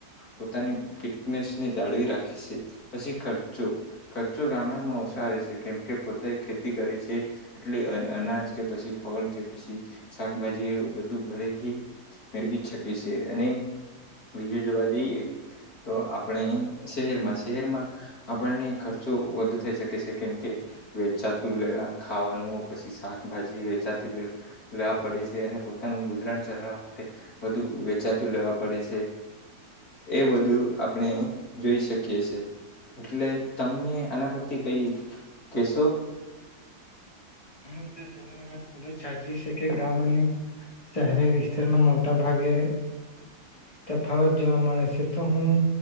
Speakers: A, on the left (about 65°); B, on the left (about 20°).
A: પોતાની ફિટનેસને જાળવી રાખે છે. પછી ખર્ચો ખર્ચો ગામડામાં ઓશા આવે છે કેમકે પોતે ખેતી કરે શે એટલે અ અનાજ કે પછી ફળ કે પશી શાકભાજી એવું બધું ઘરેથી મેળવી શકે શે અને બીજું જોવા જઈએ તો આપણે શહેરમાં શહેરમાં આપણને ખર્ચો વધુ થઈ શકે શે કેમ કે વેચાતું લેવા, ખાવાનું પછી, શાકભાજી વેચાતું લેવા પડે છે અને પોતાનું ગુજરાન ચલાવવા માટે બધું વેચાતું લેવા પડે શે. એ બધું આપણે જોઈ શકીએ શે. એટલે તમને આના પરથી કઈ કેશું?
B: હા તમારી વાત ખુબ જ સાચી શે કે ગામ અને શહેરી વિસ્તારમાં મોટા ભાગે તફાવત જોવા મળે શે. તો હું